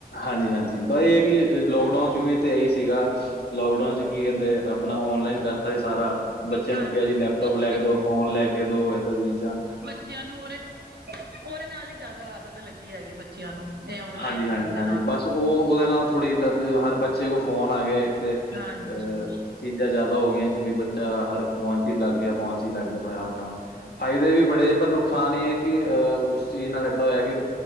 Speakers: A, on the left; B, on the right.
A: ਹਾਂਜੀ ਹਾਂਜੀ, ਬਸ ਏਹ ਐ ਕਿ ਲੋਕਡਾਊਨ ਚ ਵੀ ਤਾਂ ਐਹੀ ਸੀਗਾ। ਲੋਕਡਾਊਨ ਚ ਕੀ ਕਹਿੰਦੇ ਅਪਣਾ ਔਨਲਾਈਨ ਕਰਤਾ ਸੀ ਸਾਰਾ। ਬੱਚਿਆਂ
B: ਹਾਂਜੀ
A: ਨੂੰ ਕਿਹਾ ਜੀ ਲੈਪਟੋਪ
B: ਕੁਛ
A: ਲੈਕੇ ਦੋ, ਫੋਨ ਲੈਕੇ ਦੋ, ਐਦਾਂ ਦੀ ਚੀਜ਼ਾਂ।
B: ਬਚਿਆਂ ਨੂੰ ਔਰ ਓਹਦੇ ਨਾਲ ਹੀ ਜਿਆਦਾ ਆਦਤ ਲੱਗੀ ਹੈਗੀ ਏ ਬੱਚ ਚਿਆ ਨੂੰ। ਔਨਲਾਈਨ
A: ਹਾਂਜੀ,
B: ਕਰਨ
A: ਹਾਂਜੀ,
B: ਦੇ
A: ਹਾਂਜੀ,
B: ਨਾਲ
A: ਬਸ ਓਹ ਓਦੇ ਨਾਲ ਥੋੜ੍ਹੀ ਹਰ ਬੱਚੇ ਕੋਲ ਫੋਨ ਆ ਗਏ ਤੇ
B: ਹਾਂਜੀ
A: ਅਹ ਚੀਜ਼ਾਂ ਜ਼ਿਆਦਾ ਹੋ ਗਈਆਂ ਕਿ ਬ ਬੱਚਾ ਹਰ ਫੋਨ ਚ ਹੀ ਲੱਗ ਗਿਆ ਫੋਨ ਚ ਹੀ ਲੱਗ ਗਿਆ ਆਹ ਕੰਮ ਫਾਇਦੇ ਵੀ ਬੜੇ ਪਰ ਨੁਕਸਾਨ ਏਹ ਹੈ ਕਿ ਅਹ ਉਸ ਚੀਜ਼ ਨਾਲ ਏਦਾਂ ਹੋਯਾ ਕਿ